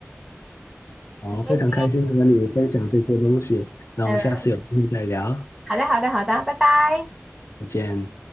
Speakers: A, on the left; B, in the centre.
A: 好，
B: 很开心。
A: 非常开心地跟你分享这些东西，那我们下次有机会再聊，
B: 嗯，好的好的好的，拜拜。
A: 再见。